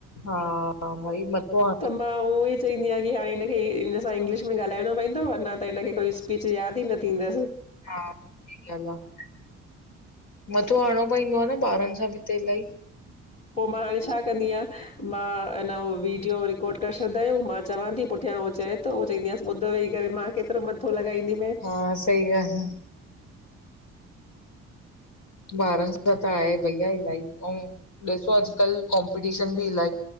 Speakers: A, on the left (about 80°); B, on the left (about 25°).
A: हा भई मथो
B: मां उहो ई चईंदी आ की हाणे हिनखे इनसां इंग्लिश में ॻाल्हाइणो पवंदो, अञा त हिनखे कोई स्पीच याद ई न थींदस।
A: हा, <unintelligible> मथो हणणो पईंदो आ न ॿारन सां बी त इलाही।
B: पो मां हाणे छा कंदी आं। मां अना हो वीडियो रिकॉड करे छॾंदा आयूं, मां चवां ती पुठियां हो चएतो, चवंदी आयांस ॿुध वेही करे मां केतरो मथो लॻाईंदियूं।
A: हा, सही ॻाल। ॿारन सां त आहे भईया इलाही उ ॾिसो अॼकल कॉम्पिटीशन बि इलाही